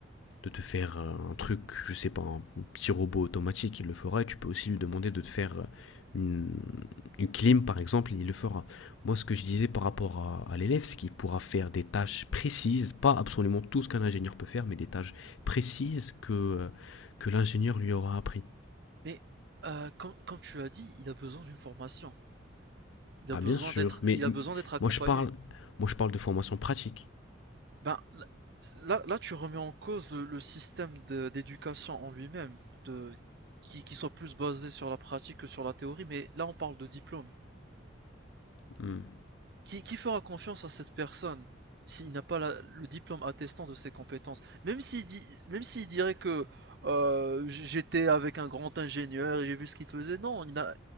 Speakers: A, on the left; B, on the right.
A: de te faire euh, un truc, je sais pas, un petit robot automatique, il le fera. Et tu peux aussi lui demander de te faire euh, une, une clim, par exemple, il le fera. Moi, ce que je disais par rapport à, à l'élève, c'est qu'il pourra faire des tâches précises, pas absolument tout ce qu'un ingénieur peut faire, mais des tâches précises que, euh, que l'ingénieur lui aura appris.
B: Mais euh, comme, comme tu as dit, il a besoin d'une formation. Il
A: Ah,
B: a besoin
A: bien sûr,
B: d'être,
A: mais
B: il a besoin d'être accompagné.
A: moi, je parle, moi, je parle de formation pratique.
B: Ben, là, là, tu remets en cause le, le système de- d'éducation en lui-même, de, qui, qui soit plus basé sur la pratique que sur la théorie, mais là, on parle de diplôme.
A: Hmm.
B: Qui, qui fera confiance à cette personne s'il n'a pas la- le diplôme attestant de ses compétences? Même s'il dit, même s'il dirait que euh, j- j'étais avec un grand ingénieur et j'ai vu ce qu'il faisait, non, il n'a,